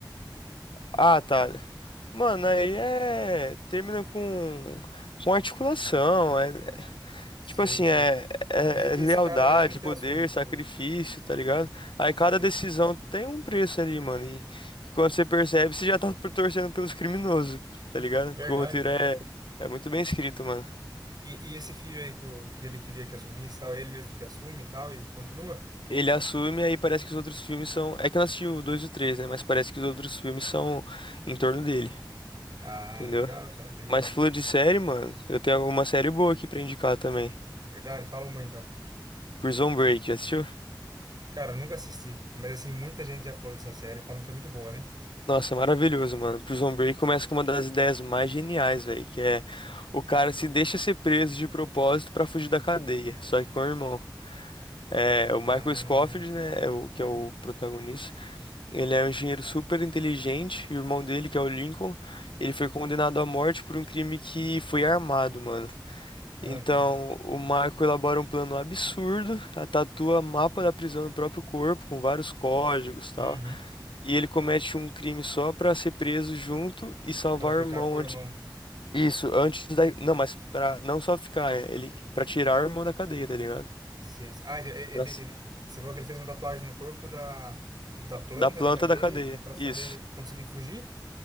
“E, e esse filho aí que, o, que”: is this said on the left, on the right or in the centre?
Right